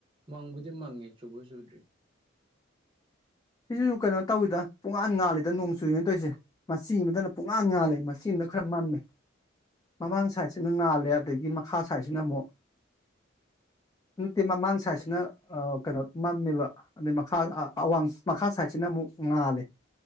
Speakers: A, on the right; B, on the left.
A: ꯃꯪꯕꯨꯗꯤ ꯃꯪꯉꯦ ꯆꯨꯕꯨ ꯆꯨꯗ꯭ꯔꯤ
B: ꯁꯤꯁꯨ ꯀꯩꯅꯣ ꯇꯧꯋꯤꯗ ꯄꯨꯡꯉꯥꯟ ꯉꯥꯜꯂꯤꯗ ꯅꯣꯡ ꯆꯨꯔꯤꯅ ꯇꯧꯔꯤꯁꯦ ꯃꯆꯤ ꯑꯃꯗꯅ ꯄꯨꯡꯉꯥꯟ ꯉꯥꯜꯂꯦ ꯃꯆꯤ ꯑꯃꯗ ꯈꯔ ꯃꯝꯃꯦ ꯃꯃꯥꯡ ꯁꯥꯏꯠꯁꯤꯅ ꯉꯥꯜꯂꯦ ꯑꯗꯒꯤ ꯃꯈꯥ ꯁꯥꯏꯠꯁꯤꯅ ꯃꯨꯛ ꯅꯨꯠꯇꯦ ꯃꯃꯥꯡ ꯁꯥꯏꯠꯁꯤꯅ ꯑꯥ ꯀꯩꯅꯣ ꯃꯝꯃꯦꯕ ꯑꯗꯩ ꯃꯈꯥ ꯑꯥ ꯑꯋꯥꯡ ꯃꯈꯥ ꯁꯥꯏꯠꯁꯤꯅ ꯑꯃꯨꯛ ꯉꯥꯜꯂꯦ